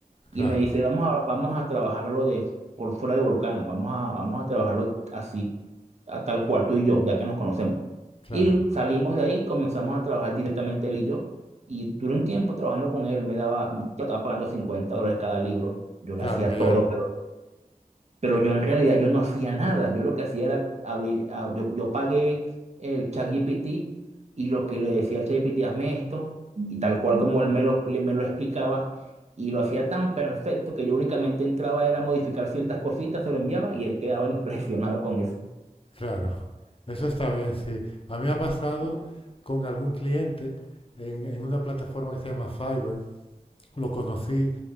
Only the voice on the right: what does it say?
Y
me dice, vamos a, vamos a trabajarlo de, por fuera de Volcana, vamos a, vamos a trabajarlo así, a tal cual tú y yo, ya que nos conocemos.
Y salimos de ahí, comenzamos a trabajar directamente él y yo. Y duré un tiempo trabajando con él, me daba, yo estaba pagando 50 dólares cada libro. Yo le
hacía
todo,
pero yo en realidad yo no hacía nada. Yo lo que hacía era abrir, ah, yo, yo pagué el ChatGPT y lo que le decía al ChatGPT, hazme esto, y tal cual como él me lo, le- me lo explicaba, y lo hacía tan perfecto que yo únicamente entraba era a modificar ciertas cositas, se lo enviaba y él quedaba <laughs> impresionado con eso.